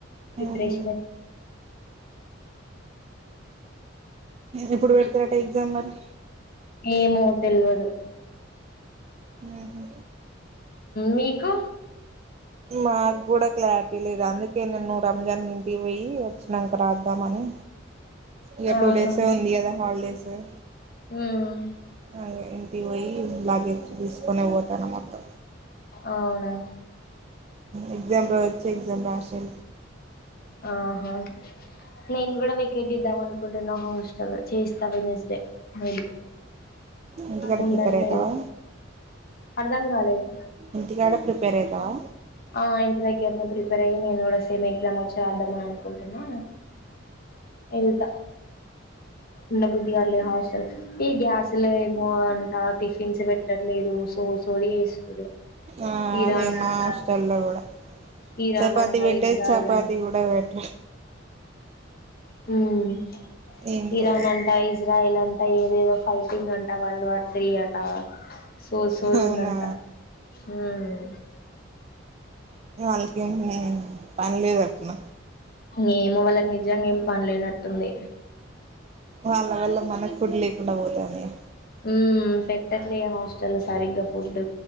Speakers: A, on the left; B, on the right.
A: ప్రిపరేషన్
B: ఊహూ
A: అయి
B: ఎప్పుడు పెడతారట ఎగ్జాం మరి
A: ఏమో తెల్వదు
B: ఊహూ
A: మీకు
B: మాకు కూడా క్లారిటీ లేద అందుకే రంజాన్ ఇంటికి పోయి వచ్చినాక రాద్దాం అని ఇద
A: ఆహా
B: టూ డెస్ ఏ ఉంది కద హాలిడేస్ స
A: ఉమ్
B: అే ఇ పోయి లాగేజ్ తీసుకొనే పోతాను మొత్తం
A: అవునా
B: ఎగ్జామ్ రొజు వచ్చి ఎగ్జామ్ రాసి
A: ఆహా నేను కూడా వెకేట్ ఇద్దాం అనుకుంటున్నా హాస్టల్ చేస్తా వెన్స్డే మెబి
B: ఇంటికాడ
A: ఉండట్లెదు
B: ప్రిపేర్ అయితావా
A: ఆదం గాలేదు
B: ఇంటికాడ ప్రిపేర్ అయితవా
A: ఆ ఇంటి దగ్గరనే ప్రిపేర్ అయ్యి నేను గూడ సేమ్ ఎగ్జామ్ వచ్చి రాద్దామని అనుకుంటున్నా ఏంత ఉండా బుద్ధిగాలే హాస్టల్ ఈ గ్యాస్ లే ఏమో అంట టిఫిన్స్ పెట్టట్లేదు సో సోది చేస్తుర్రు
B: ఆ
A: ఇరాన్
B: అదే
A: అంట
B: మా హాస్టల్ల గూడ
A: ఇరాన్
B: చపాతి
A: అంట
B: పెట్టే
A: ఇజ్రాయిల్
B: చపాతి గూడ పెట్టం
A: హ్మ్
B: ఏందో
A: ఇరాన్
B: ఇది
A: అంటా ఇజ్రాయిలన్ టై ఏదేదో ఫైటింగ్ అంట వాళ్ళు ఆత్రి అట సోదు సోదు
B: అవునా
A: ఉందంట హ్మ్
B: వాళ్లకి ఏం పనిలేద తున్న
A: ఏమో వాళ్ళకి నిజంగా ఏం పనిలేనట్టుంది
B: వాళ్ల వల్ల మనకు ఫుడ్ లేకుండా పోతాది అే
A: హ్మ్ పెట్టట్లే హాస్టలో సరిగ్గా ఫుడ్